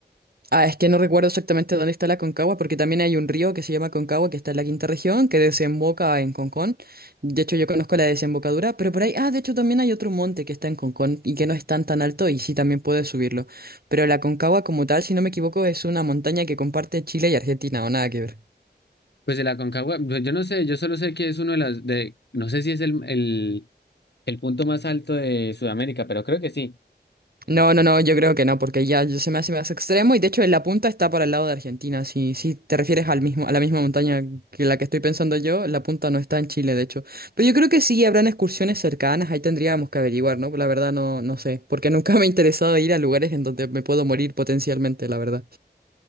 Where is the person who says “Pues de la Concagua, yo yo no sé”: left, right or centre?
Left